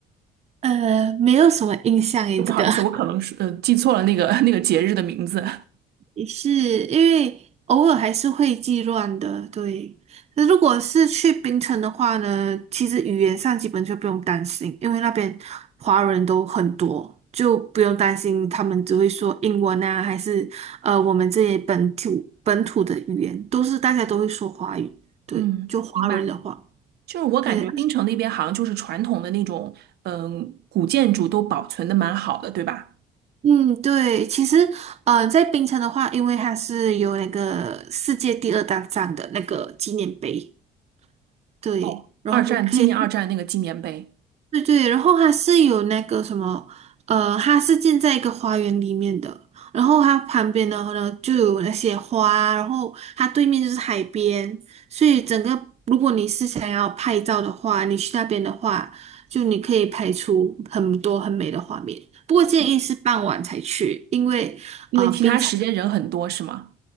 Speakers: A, on the right; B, on the right.
A: 呃，没有什么印象诶，这个
B: 不好意思，我可能是呃记错了那个 <laughs> 那个节日的名字。
A: <laughs> 也是因为偶尔还是会记乱的，对。那如果是去槟城的话呢，其实语言上基本就不用担心，因为那边华人都很多，就不用担心他们只会说英文啊，还是呃我们这些本土本土的语言，都是大家都会说华语，
B: <laughs>
A: 对，
B: 嗯，
A: 就华人的话。
B: 明白。就是我感觉槟城那边好像就是传统的那种，
A: 对，
B: 嗯，古建筑都保存的蛮好的，对吧？
A: 嗯，对，其实，呃，在槟城的话，因为它是有那个世界第二大站的那个纪念碑，对，
B: 哦，
A: 然后你可以
B: 二战纪念二战那个纪念碑。
A: 对对，然后它是有那个什么，呃，它是建在一个花园里面的，然后它旁边的话呢就有那些花，然后它对面就是海边，所以整个如果你是想要拍照的话，你去那边的话，就你可以拍出很多很美的画面。不过建议是傍晚才去，
B: 哦，
A: 因为啊、
B: 因为其他时间人很多，
A: 呃冰城
B: 是吗？